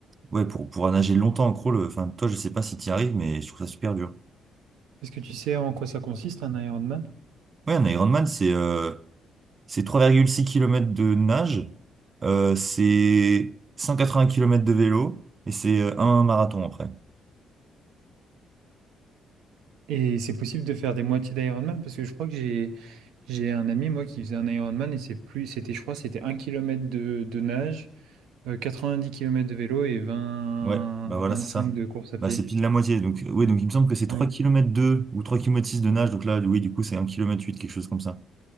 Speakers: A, on the right; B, on the right.
A: Ouais, pour pouvoir nager longtemps en crawl, euh, enfin, toi, je sais pas si tu y arrives, mais je trouve ça super dur.
B: Est-ce que tu sais en quoi ça consiste un Ironman?
A: Ouais, un Ironman, c'est euh, c'est trois virgule six kilomètres de nage, euh, c'est 180 kilomètres de vélo, et c'est euh, un marathon après.
B: Et c'est possible de faire des moitiés d'Ironman parce que je crois que j'ai j'ai un ami moi qui faisait un Ironman et c'est plus c'était je crois c'était un kilomètre de, de nage. Euh, dix kilomètres de vélo et vingt
A: Ouais, bah voilà,
B: vingt-cinq
A: c'est ça.
B: de course à pied.
A: Bah, c'est pile la moitié. Donc, ouais, donc il me semble que c'est 3
B: Ah oui.
A: kilomètres 2 ou 3 kilomètres 6 de nage. Donc là, oui, du coup, c'est un kilomètre 8, quelque chose comme ça.